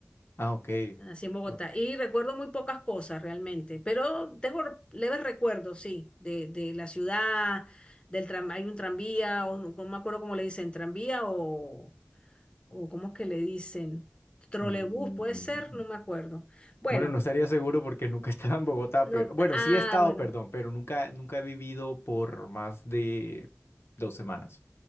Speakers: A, on the left; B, on the left.
A: Ah, ok.
B: Así en Bogotá
A: Ok.
B: y recuerdo muy pocas cosas realmente, pero tengo r- leves recuerdos, sí, de, de la ciudad, del tram, hay un tranvía, o no, no me acuerdo cómo le dicen, tranvía o, o cómo es que le dicen, trolebús,
A: Mm,
B: puede ser, no me acuerdo. Bueno,
A: Bueno, no estaría seguro porque nunca he estado en Bogotá,
B: no,
A: pero bueno,
B: ah,
A: sí he estado,
B: bueno,
A: perdón, pero nunca, nunca he vivido por más de dos semanas.